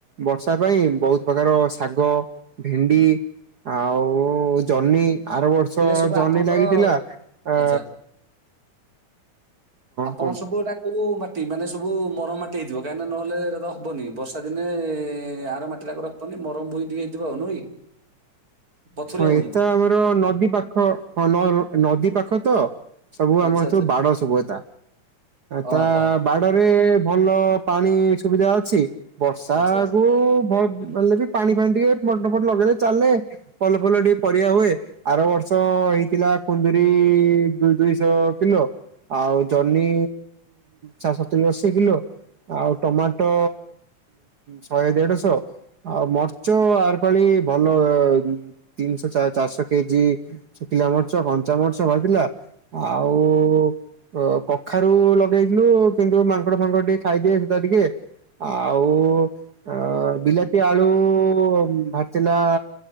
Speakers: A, on the right (about 75°); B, on the right (about 30°).
A: ବର୍ଷା ପାଇଁ ବହୁତ ପ୍ରକାର ର ଶାଗ ଭେଣ୍ଡି ଆଉ ଜହ୍ନି ଆର ବର୍ଷ
B: ଏଇଟା ସବୁ
A: ଜହ୍ନି
B: ଆପଣଙ୍କର
A: ଲାଗିଥିଲା ଆ
B: ଆଚ୍ଛା। ଆପଣର
A: କୁହନ୍ତୁ
B: ସବୁ ଏରା କଉ ମାଟି ମାନେ ସବୁ ମରମ ମାଟି ହେଇଥିବ କାହିଁକି ନା ନହେଲେ ଏରାତ ହବନି ବର୍ଷା ଦିନେ ଏ ଆର ମାଟିରାକରେ ହବନି ମରମ ଭୂଇଁ ଟିକେ ହେଇଥିବ ଆଉ ନୁହେଁ କି? ପଥୁରିଆ
A: ହୁଏତ
B: ଭୂଇଁ
A: ଆମର ନଦୀ ପାଖ ହଁ ନ ନଦୀ ପାଖ ତ ସବୁ
B: ଆଚ୍ଛା
A: ଆମର
B: ଆଚ୍ଛା
A: ସବୁ ବାଡ଼ ସବୁ ଏତା,
B: ଓହୋ
A: ତା ବାଡ଼ ରେ ଭଲ ପାଣି ସୁବିଧା ଅଛି ବର୍ଷା
B: ଆଚ୍ଛା।
A: କୁ ଭ ହେଲେବି ପାଣି ଫାଣି ଟିକେ ମଟର ଫଟର ଲଗେଇଲେ ଚାଲେ ଭଲ ଫଲ ଟିକେ ପରିବା ହୁଏ ଆର ବର୍ଷ ହେଇଥିଲା କୁନ୍ଦୁୁରୀ ଦୁଇ ଦୁଇଶହ କିଲୋ ଆଉ ଜହ୍ନି ଚା ସତୁରି ଅଶି କିଲୋ। ଆଉ ଟମାଟୋ ଶହେ ଦେଢ଼ ଶହ ଆଉ ମରିଚ ଆର୍ ପାଳି ଭଲ ତିନିଶହ ଚା ଚାରିଶହ କେଜି ଶୁଖିଲା ମର୍ଚ କଞ୍ଚାମର୍ଚ ବାହାରିଥିଲା। ଆଉ ଓ କଖାରୁ ଲଗେଇଥିଲୁ କିନ୍ତୁ ମାଙ୍କଡ଼ ଫାଙ୍କଡ଼ ଟିକେ ଖାଇଦିଏ ସେଟା ଟିକେ ଆଉ ଅ ବିଲାତି ଆଳୁ ଭାର୍ ଥିଲା